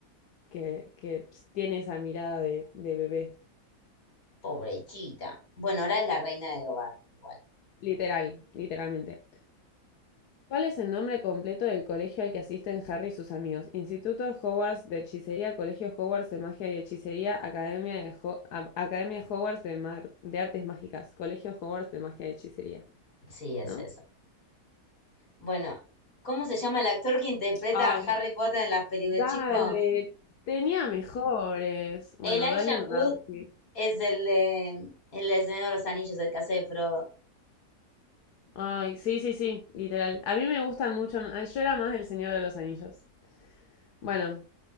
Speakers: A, on the left; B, on the left.
A: que, que tiene esa mirada de, de bebé.
B: Pobrecita. Bueno, ahora es la reina del hogar, igual.
A: Literal, literalmente. ¿Cuál es el nombre completo del colegio al que asisten Harry y sus amigos? Instituto Hogwarts de Hechicería, Colegio Hogwarts de Magia y Hechicería, Academia, de Ho- Am- Academia Hogwarts de, Mar- de Artes Mágicas, Colegio Hogwarts de Magia y Hechicería,
B: Sí, es
A: ¿no?
B: eso. Bueno, ¿cómo se llama el actor que interpreta
A: Ay,
B: a Harry Potter en las películas,
A: Dale,
B: chicos?
A: tenía mejores. Bueno,
B: Elijah
A: Daniel
B: Wood
A: Radcliffe.
B: es el de el del Señor de los Anillos, el que hace de Frodo.
A: Ay, sí, sí, sí, literal. A mí me gustan mucho. más- Yo era más del Señor de los Anillos. Bueno,